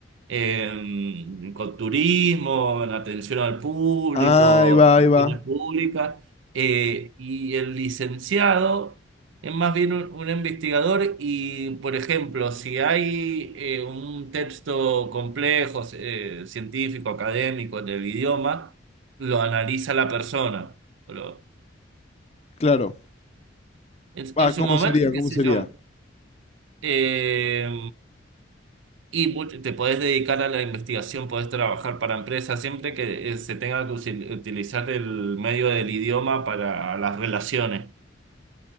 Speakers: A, on the right; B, on the left.
A: eh, con turismo, en atención al público,
B: Ah, ahí va,
A: relaciones
B: ahí va.
A: públicas, eh, y el licenciado es más bien un, un investigador y, por ejemplo, si hay eh, un texto complejo, eh, científico, académico del idioma, lo analiza la persona. Lo-
B: Claro.
A: en,
B: Ah,
A: en su
B: ¿cómo
A: momento,
B: sería? ¿Cómo
A: qué sé
B: sería?
A: yo, eh, y bu- te podés dedicar a la investigación, podés trabajar para empresas, siempre que eh, se tenga que usil- utilizar el medio del idioma para las relaciones.